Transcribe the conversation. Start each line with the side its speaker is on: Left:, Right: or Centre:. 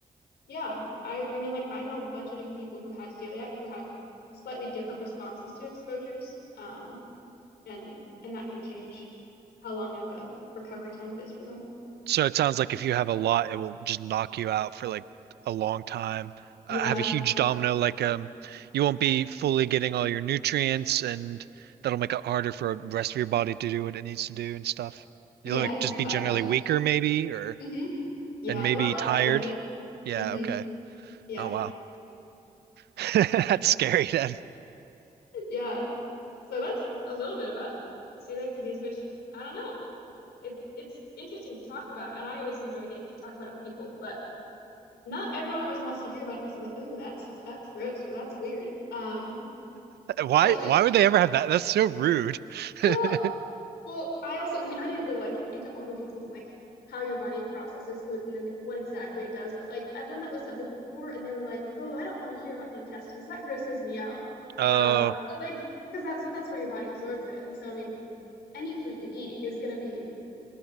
Left: yeah, I, I mean, like I know a bunch of different people who have celiac who have slightly different responses to exposures, um, and and that can change how long of a recovery time it is for them.
Right: So it sounds like if you have a lot, it will just knock you out for like a long time.
Left: Yeah,
Right: Uh, have a huge domino, like um, you won't be fully getting all your nutrients, and that'll make it harder for the rest of your body to do what it needs to do and stuff. You'll
Left: yeah,
Right: like
Left: pretty
Right: just be
Left: much.
Right: generally weaker, maybe, or
Left: <laughs> hmm Yeah,
Right: and maybe
Left: a lot less
Right: tired.
Left: energy.
Right: Yeah,
Left: hmm
Right: okay.
Left: Yeah,
Right: Oh wow. <laughs> That's scary then.
Left: yeah. So that's a little bit about celiac disease, which I don't know. It it's interesting to talk about, and I always enjoy getting to talk about it with people, but not everyone always wants to hear about it because they're like, "Oh, that's that's gross or that's weird." Um,
Right: Why
Left: so
Right: why would they ever have that? That's so rude. <laughs>
Left: <laughs> well, well, I also, I mean, I didn't go like into all the details of like how your body processes gluten and what exactly it does, but like I've done that with some people before, and they were like, "Oh, I don't want to hear about the intestines. That grosses me out."
Right: Oh,
Left: Um, but, like because that's that's where your body absorbs it, and so I mean, any food you eat is going to be